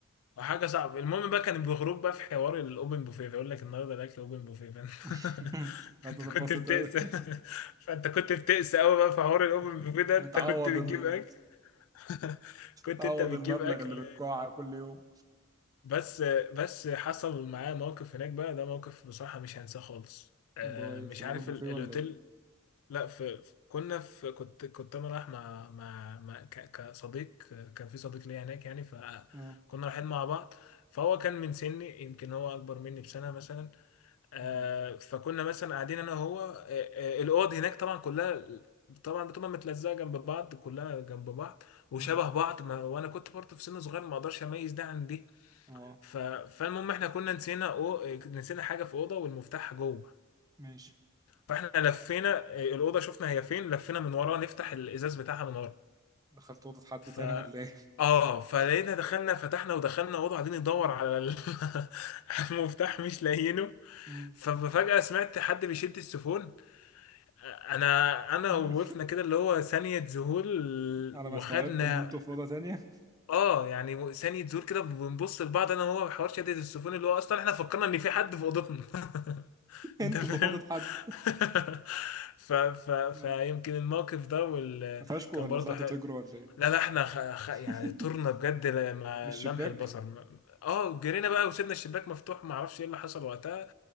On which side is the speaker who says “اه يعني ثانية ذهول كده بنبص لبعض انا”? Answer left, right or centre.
Left